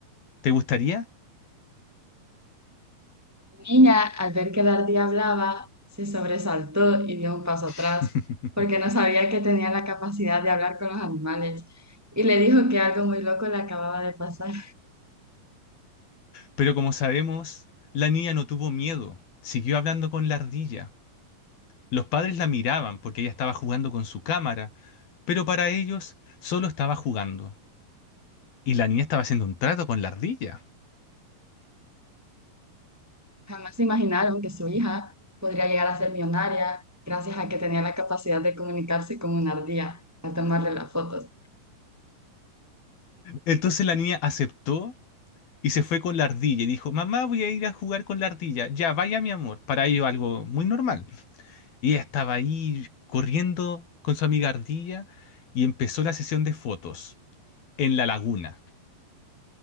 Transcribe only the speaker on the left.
¿Te gustaría?
<laughs>
Pero como sabemos, la niña no tuvo miedo, siguió hablando con la ardilla. Los padres la miraban porque ella estaba jugando con su cámara, pero para ellos solo estaba jugando. Y la niña estaba haciendo un trato con la ardilla.
Entonces la niña aceptó y se fue con la ardilla y dijo, mamá, voy a ir a jugar con la ardilla. Ya, vaya mi amor. Para ello algo muy normal. Y ella estaba ahí corriendo con su amiga ardilla y empezó la sesión de fotos en la laguna.